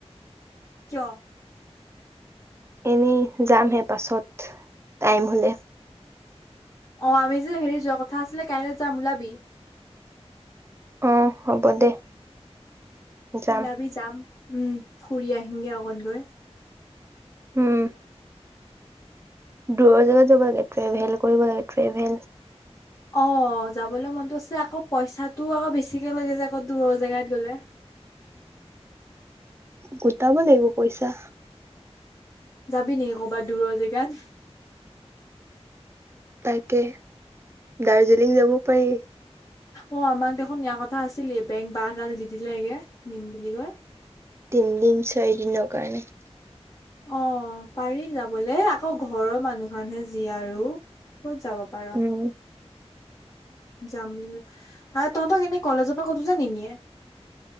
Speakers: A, on the left; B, on the right.
A: কিয়?
B: এনেই যামহে পাছত টাইম হ'লে।
A: অঁ আমি যে হেৰি যোৱা কথা আছিলে কাইলৈ যাম ওলাবি।
B: অঁ হ'ব দে। যাম
A: ওলাবি যাম উমঁ ফুৰি আহিমগে অকন গৈ।
B: উমঁ দূৰৰ জেগাত যাব লাগে ট্ৰেভেল কৰিব লাগে ট্ৰেভেল।
A: অঁ যাবলৈ মনত আছে আকৌ পইচাটো আকৌ বেছিকে লাগে যে আকৌ দূৰৰ জেগাত গ'লে।
B: গোটাব লাগিব পইচা।
A: যাবি নেকি কৰ'বাত দূৰৰ জেগাত।
B: তাকে দাৰ্জিলিং যাব পাৰি।
A: অঁ আমাক দেখোন নিয়াৰ কথা আছিলে বেংক বাহডাল দি দিলে এগে নিম বুলি কয়।
B: তিনিদিন চাৰি দিন নৰ কাৰনেই।
A: অঁ পাৰি যাবলে আকৌ ঘৰৰ মানুহ খনহে যি আৰু ক'ত যাব পাৰি। পাৰ।
B: উম
A: যাম বুলো আৰু তহঁতক এনে কলেজৰ পৰা কোতোনে নিনীয়ে।